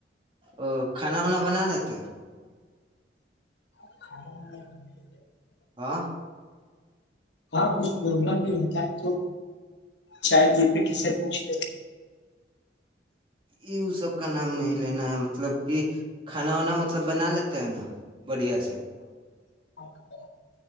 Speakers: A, on the right; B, on the left.
A: ا کھانا وناا بنا لیتے
B: <inaudible>
A: ہاں
B: اور کچھ ملہ بھی ہوتا ہے تو چاید جی پ کس سے پوچھ <inaudible>
A: یہ وہ سب کا نام نہیں لینا ہے مطلب کہ کھانا وانا مطلب بنا لیتے ہے نا بڑھیا سے
B: <inaudible>